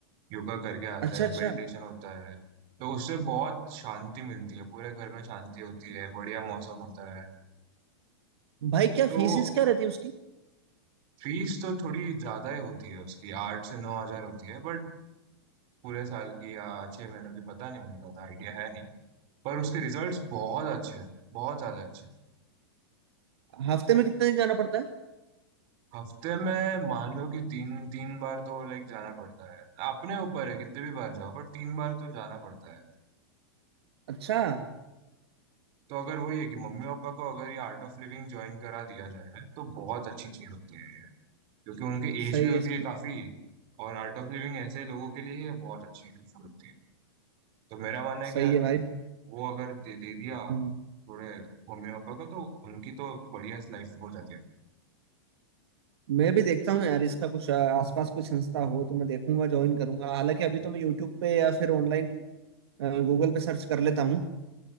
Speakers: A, on the right; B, on the right.
A: योगा करके आते
B: अच्छा
A: हैं
B: अच्छा
A: मेडिटेशन होता है तो उससे बहुत शांति मिलती है पूरे घर में शांति होती है बढ़िया मौसम होता है
B: भाई क्या
A: तो
B: फीस
A: वो
B: क्या रहती है उसकी
A: फीस तो थोड़ी ज्यादा ही होती है उसकी आठ से नौ हजार होती है बट पूरे साल की या छह महीनों की पता नहीं मुझे ज्यादा आइडिया है नहीं पर उसके रिजल्ट्स बहुत अच्छे हैं बहुत ज्यादा अच्छे हैं।
B: हफ्ते में कितने दिन जाना पड़ता है
A: हफ्ते में मान लो कि तीन तीन बार तो लाइक जाना पड़ता है अपने ऊपर है कितने भी बार जाओ पर तीन बार तो जाना पड़ता है
B: अच्छा
A: तो अगर वही है कि मम्मी पापा को अगर ये आर्ट ऑफ लिविंग ज्वाइन करा दिया जाए तो बहुत अच्छी चीज होती है ये। क्योंकि उनकी एज
B: सही
A: भी होती
B: है सही,
A: है काफी और आर्ट ऑफ लिविंग ऐसे लोगों के लिए ये बहुत अच्छी हेल्पफुल होती है तो मेरा मानना
B: सही
A: है कि
B: है भाई
A: वो अगर दे, दे दिया
B: हम्म।
A: थोड़े मम्मी पापा को तो उनकी तो बढ़िया लाइफ हो जाती है
B: मैं भी देखता हूँ यार इसका कुछ अ, आसपास कोई संस्था हो तो मैं देखूंगा ज्वाइन करूंगा हालांकि अभी तो मैं यूट्यूब पे या फिर ऑनलाइन गूगल पे सर्च कर लेता हूँ